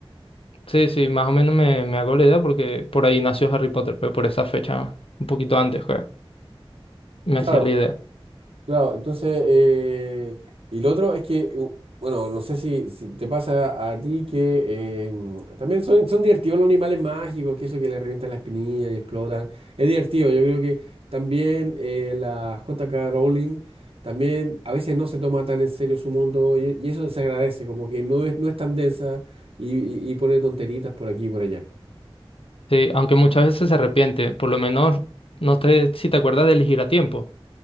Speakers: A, on the left (about 70°); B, on the right (about 75°).
A: Sí, sí, más o menos me, me hago la idea porque por ahí nació Harry Potter, pero por esa fecha, un poquito antes, pues, me
B: Claro.
A: hacía la idea.
B: Claro, entonces, eh, y lo otro es que, u- bueno, no sé si, si te pasa a ti que eh, mm, también son, son divertidos los animales mágicos, que eso que le revientan la espinilla y explotan. Es divertido, yo creo que también eh, la J.K. Rowling también a veces no se toma tan en serio su mundo y, y eso se agradece, como que no es, no es tan densa y, y, y pone tonteritas por aquí y por allá.
A: Sí, aunque muchas veces se arrepiente, por lo menos no te, si te acuerdas de elegir a tiempo.